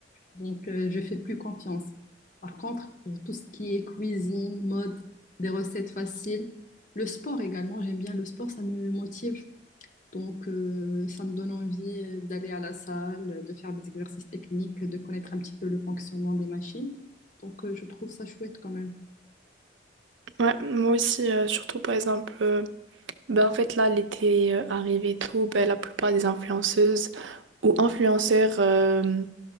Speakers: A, on the left (about 40°); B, on the right (about 80°).
A: Donc, euh, je fais plus confiance. Par contre, pour tout ce qui est cuisine, mode, des recettes faciles, le sport également, j'aime bien le sport, ça me motive. Donc, euh, ça me donne envie euh, d'aller à la salle, de faire des exercices techniques, de connaître un petit peu le fonctionnement des machines. Donc, euh, je trouve ça chouette quand même.
B: Ouais, moi aussi, euh, surtout par exemple, euh, ben en fait là, l'été euh, arrive et tout, ben la plupart des influenceuses ou influenceurs euh,